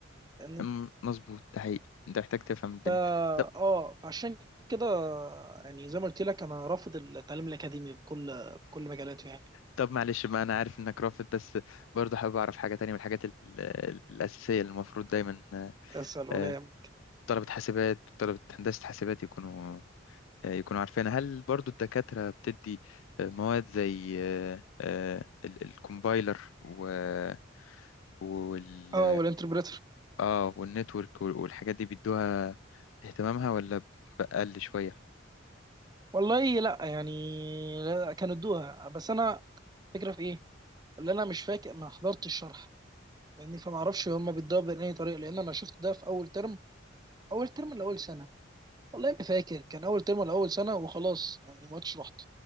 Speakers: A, on the right; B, on the left.
A: يعني
B: أم، مظبوط ده حقيقي انت محتاج تفهم الدنيا
A: فا
B: طب
A: اه فعشان كده يعني زي ما قلت لك انا رافض التعليم الاكاديمي بكل بكل مجالاته يعني
B: طب معلش بقى انا عارف انك رافض بس برضه حابب اعرف حاجه تانية من الحاجات ال- ال- الاساسيه اللي المفروض دايما آه،
A: اسال ولا
B: آه،
A: يهم.
B: طلبه حاسبات طلبه هندسه حاسبات يكونوا آه، يكونوا عارفينها هل برضه الدكاتره بتدي آه، مواد زي آه، آه، ال- الكومبايلر و- وال
A: اه والانتربريتر
B: اه والنتورك وال- والحاجات دي بيدوها اهتمامها ولا بقل شويه
A: والله لا يعني لا، كانوا ادوها بس انا فكره في ايه اللي انا مش فاكر ما حضرتش الشرح يعني فما اعرفش هما بيدوها بأي طريقه لان انا شفت ده في اول ترم اول ترم لاول سنه والله ما فاكر كان اول ترم ولا اول سنه وخلاص يعني ما عدتش رحت